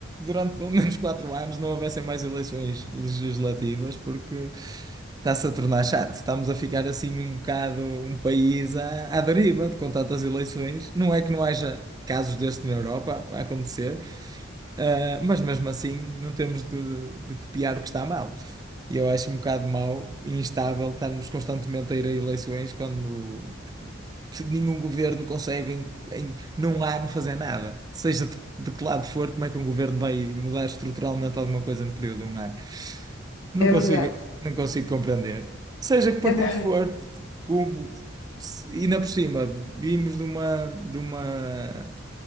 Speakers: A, on the right (about 20°); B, on the left (about 70°).
A: durante pelo menos quatro anos não houvessem mais eleições legislativas, porque está-se a tornar chato. Estamos a ficar assim um bocado um país à, à deriva com tantas eleições. Não é que não haja casos destes na Europa a a acontecer. Ah, mas mesmo assim não temos de, de copiar o que está mal. E eu acho um bocado mau e instável estarmos constantemente a ir a eleições quando nenhum governo consegue em, em num ano fazer nada. Seja de, de que lado for, como é que um governo vai mudar estruturalmente alguma coisa no período de um ano? Não
B: É
A: consigo,
B: verdade,
A: não consigo compreender. Seja que partido
B: é verdade.
A: for, como, se- e ainda por cima, vimos de uma, de uma,